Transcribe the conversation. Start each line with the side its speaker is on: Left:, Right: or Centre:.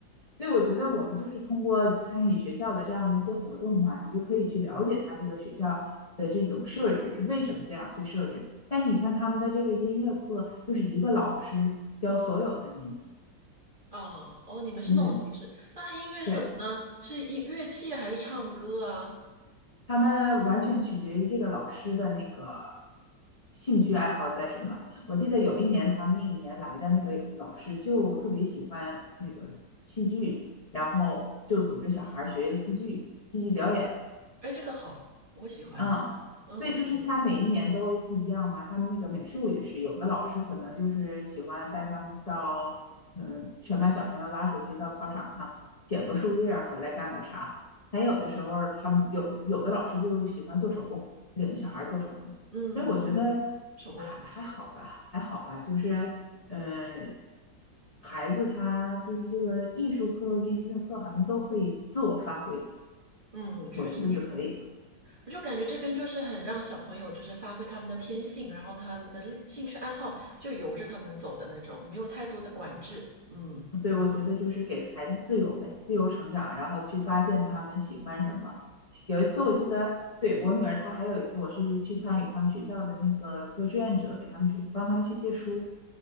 Left: 所以我觉得我们就是通过参与学校的这样的一些活动嘛，你就可以去了解他这个学校的这种设置是为什么这样去设置。但是你看他们的这个音乐课，就是一个老师教所有的年级，
Right: <laughs> 啊哦，你们是那种形式。
Left: 嗯
Right: 那它音乐是什么呢？
Left: 对，
Right: 是音乐器还是唱歌啊？
Left: 他们完全取决于这个老师的那个兴趣爱好在什么。我记得有一年他们那一年来的那个老师就特别喜欢那个戏剧，然后就组织小孩儿学戏剧、戏剧表演。
Right: 哎，这个好，我喜欢。
Left: 嗯，
Right: 嗯嗯
Left: 对，就是他每一年都不一样嘛。他们那个美术也是，有的老师可能就是喜欢带他们到，嗯，全班小朋友拉出去到操场上捡个树叶儿回来干个啥。还有的时候儿他们有有的老师就喜欢做手工，领着小孩儿做手工。
Right: 嗯，
Left: 所以我觉得
Right: 手工好。
Left: 还还好吧，还好吧，就是，呃，孩子他就是这个艺术课、音乐课好像都可以自我发挥，
Right: 嗯，确实。
Left: 我觉得就可以了。
Right: 我就感觉这边就是很让小朋友就是发挥他们的天性，然后他们的兴兴趣爱好就由着他们走的那种，没有太多的管制。嗯，
Left: 对，我觉得就是给孩子自由呗，自由成长，然后去发现他们喜欢什么。有一次我记得，对，我女儿她还有一次，我是去参与他们学校的那个做志愿者，给他们去帮他们去借书。